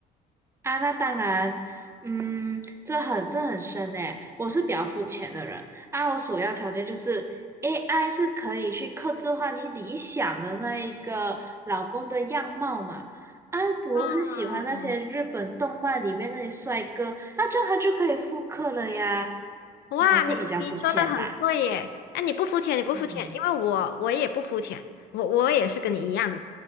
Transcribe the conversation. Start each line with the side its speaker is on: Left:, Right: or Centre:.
Right: 啊，那当然，嗯，这很这很深诶，我是比较肤浅的人啊，我首要条件就是 AI 是可以去刻制化你理想的那一个老公的样貌嘛。啊，我很喜欢那些日本动漫里面那些帅哥，
Left: 啊，
Right: 啊，这样他就可以复刻了呀。
Left: 哇，
Right: 嗯我是比较肤浅啦，
Left: 你你说的很对耶！哎，你不肤浅，你不肤浅，
Right: 嗯。
Left: 因为我我也不肤浅，我我也是跟你一样的。